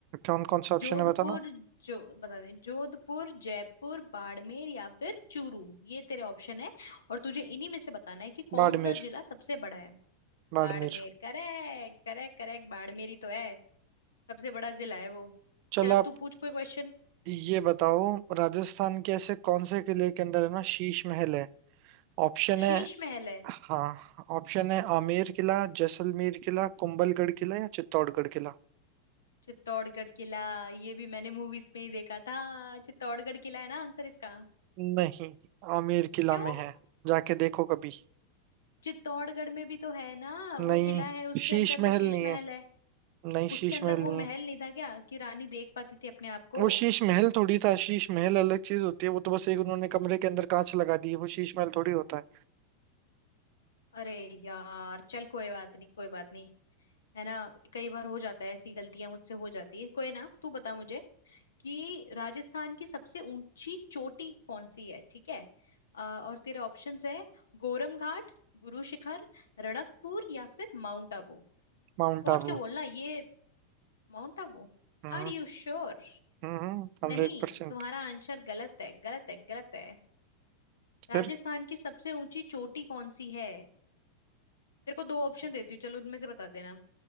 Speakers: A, on the right (about 45°); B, on the left (about 70°).
A: कौन कौन सा ऑप्शन
B: जोधपुर
A: है बताना
B: जो बता दें जोधपुर जयपुर बाड़मेर या फिर चूरू ये तेरे ऑप्शन है और तुझे इन्हीं में से बताना है कि कौन
A: बाड़मेर
B: सा जिला सबसे बड़ा है Barmer
A: बाड़मेर
B: correct correct correct Barmer ही तो है सबसे बड़ा जिला है वो
A: चलो
B: चल अब
A: आप
B: तू पूछ कोई क्वेश्चन
A: ये बताओ राजस्थान के ऐसे कौन से किले के अंदर है ना शीश महल है ऑप्शन
B: शीश
A: है
B: महल है
A: हाँ ऑप्शन है आमेर किला जैसलमेर किला कुंभलगढ़ किला या चित्तौड़गढ़ किला
B: चित्तौड़गढ़ किला ये भी मैंने मूवीज में ही देखा था चित्तौड़गढ़ किला है ना आंसर इसका
A: नहीं आमेर किला
B: क्यों
A: में है जाके देखो कभी
B: चित्तौड़गढ़ में भी तो है ना
A: नहीं
B: वो किला है उसके
A: शीश
B: अंदर
A: महल
B: वो शीश
A: नहीं
B: महल
A: है
B: है
A: नहीं
B: उसके
A: शीश
B: अंदर
A: महल नहीं
B: वो महल
A: है
B: नहीं था क्या कि रानी देख पाती थी अपने आप को
A: वो शीश महल थोड़ी था शीश महल अलग चीज होती है वो तो बस एक उन्होंने कमरे के अंदर कांच लगा दी है वो शीश महल थोड़ी होता है
B: अरे यार चल कोई बात नहीं कोई बात नहीं है ना कई बार हो जाता है ऐसी गलतियां मुझसे हो जाती है कोई ना तू बता मुझे कि राजस्थान की सबसे ऊंची चोटी कौन सी है ठीक है अ, और तेरे ऑप्शंस है गोरम घाट गुरु शिखर रणकपुर या फिर माउंट आबू
A: माउंट
B: सोच
A: आबू
B: के बोलना ये Mount Abu
A: हम्म
B: Are you sure
A: हम्म हम्म, हंड्रेड
B: नहीं
A: परसेंट
B: तुम्हारा आंसर गलत है गलत है गलत है राजस्थान
A: फिर
B: की सबसे ऊंची चोटी कौन सी है तेरे को दो ऑप्शन देती हूँ चलो उनमें से बता देना